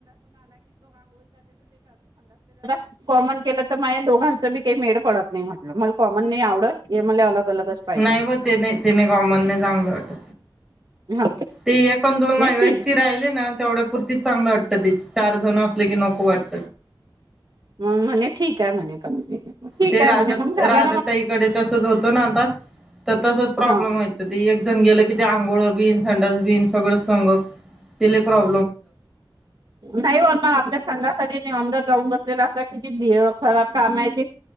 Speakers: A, on the right (about 55°); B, in the centre.
A: <unintelligible> कॉमन केल तर माझ दोघांच काही मेड पडत नाही म्हटलं मला कॉमन नाही आवडत हे म अलग अलगच पाहिजे
B: नाही
A: म्हध्ये
B: व त्याने त्याने कॉमन नाही चांगलं वाटत
A: हा
B: ते एकण दोन मा
A: ठीक
B: व्यक्ती राहिले ना तेवढ्या पुुरती चांगलं वाटतं ते चार जण असले की नको वाटत
A: म म्हणे ठीक आहे म्हणे का ठीक
B: ते
A: आहे
B: राधा
A: म्हणे मग झाला
B: राधाताईकडे
A: ना मग
B: तसच होतं ना आता तसच प्रॉब्लेम
A: हा
B: व्हायं त एक जण गेल कि आघोळ बिन <unintelligible> बि सगळ संघ ते लय प्रॉ
A: नाही हो म आपल्या संघासाठी <unintelligible> अंदर जाऊन बसलेला असता किती खराब काम आहे ते